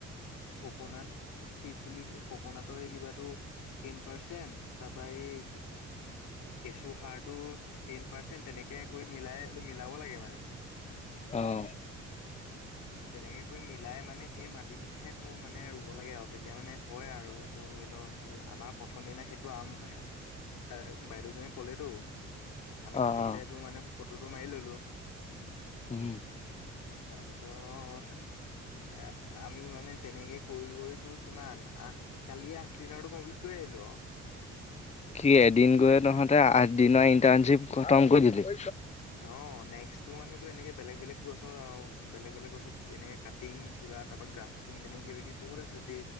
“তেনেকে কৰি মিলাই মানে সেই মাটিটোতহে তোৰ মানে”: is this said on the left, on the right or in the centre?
Left